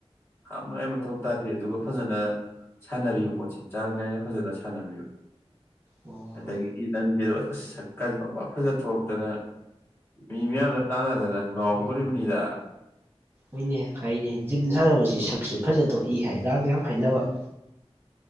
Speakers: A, on the left (about 25°); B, on the right (about 20°).
A: ꯍꯥꯞꯅꯤꯉꯥꯏ ꯃꯊꯧ ꯇꯥꯗꯦ ꯑꯗꯨꯒ ꯐꯖꯅ ꯁꯥꯟꯅꯔꯤꯕ ꯄꯣꯠꯁꯤ ꯆꯥꯡ ꯅꯥꯏꯅ ꯐꯖꯅ ꯁꯥꯟꯅꯕꯤꯕ
B: ꯑꯣ
A: ꯑꯗꯒꯤꯗꯤ ꯅꯪ ꯑꯁ ꯁꯛ ꯀꯥꯁꯤ ꯄꯪꯐ ꯐꯖ ꯊꯣꯛꯇꯅ ꯃꯤ ꯃꯌꯥꯝꯅ ꯇꯥꯟꯅꯗꯅ ꯉꯥꯎꯗꯣꯔꯤꯕꯅꯤꯗ
B: ꯍꯣꯏꯅꯦ ꯍꯥꯏꯅꯦ ꯖꯤꯝ ꯁꯥꯟꯅꯕꯁꯤ ꯁꯛꯁꯨ ꯐꯖ ꯊꯣꯛꯏ ꯍꯥꯏꯒ ꯌꯥꯝ ꯍꯥꯏꯅꯕ